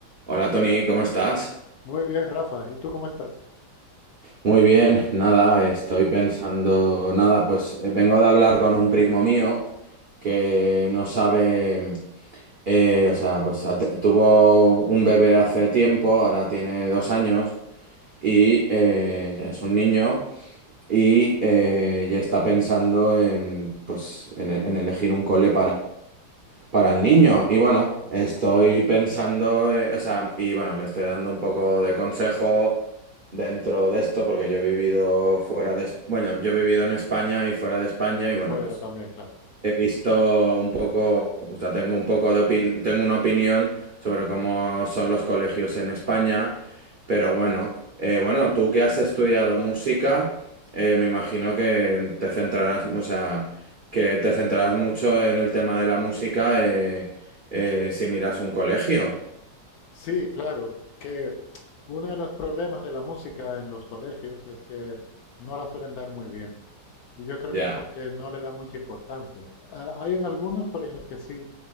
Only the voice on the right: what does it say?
Hola Tony, ¿cómo estás?
Muy bien, nada, estoy pensando, nada, pues eh, vengo de hablar con un primo mío que no sabe, eh, o sea, pues ha- tuvo un bebé hace tiempo, ahora tiene dos años y eh, ya es un niño y eh, ya está pensando en, pues, en, en elegir un cole Para el niño, y bueno, estoy pensando, eh, o sea, y bueno, le estoy dando un poco de consejo dentro de esto, porque yo he vivido fuera de, Es- bueno, yo he vivido en España y fuera de España, y
bueno,
pues
He visto un poco, o sea, tengo un poco de opin- tengo una opinión sobre cómo son los colegios en España, pero bueno, eh, bueno, tú que has estudiado música, eh, me imagino que te centrarás, o sea, que te centrarás mucho en el tema de la música eh, eh, si miras un colegio.
Ya,